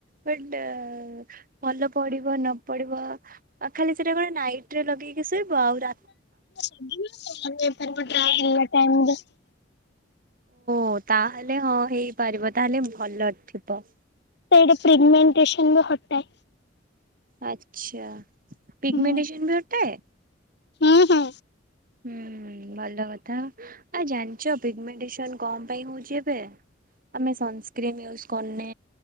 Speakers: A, on the right (about 50°); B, on the left (about 60°).
A: ବଟ ଭଲ ପଢିବ ନ ପଢିବ। ଆ ଖାଲି ସେଟା କଣ ନାଇଟ ରେ ଲଗେଇକି ଶୋଇବ ଆଉ ରା
B: <unintelligible>
A: ହଉ ତାହେଲେ ହଁ ହେଇପାରିବ ତାହେଲେ ଭଲ ଥିବ।
B: ସେଇଟ ପ୍ରିଗମେଣ୍ଟେସନ ହଟାଏ।
A: ଆଚ୍ଛା ପିଗମେଣ୍ଟସନ
B: ହୁଁ
A: ବି ହଟାଏ।
B: ହୁଁ ହୁଁ।
A: ହୁଁ। ଭଲ କଥା ଆ ଜାଣିଛ ପିଗମେଟେଶନ କଣ ପାଇଁ ହଉଛି ଏବେ? ଆମେ ସନସ୍କ୍ରିନ୍ ୟୁଜ କରୁନେ